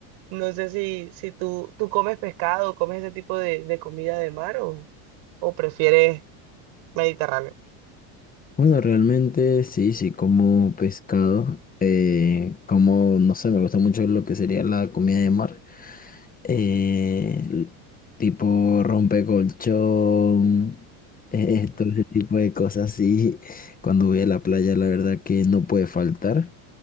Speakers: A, on the right; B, on the left.
A: No sé si, si tú, tú comes pescado, comes ese tipo de, de comida de mar o, o prefieres mediterráneo.
B: Bueno, realmente sí, sí, como pescado, eh, como, no sé, me gusta mucho lo que sería la comida de mar, eh, l- tipo rompecolchón, eh, <laughs> todo ese tipo de cosas, sí, cuando voy a la playa, la verdad que no puede faltar.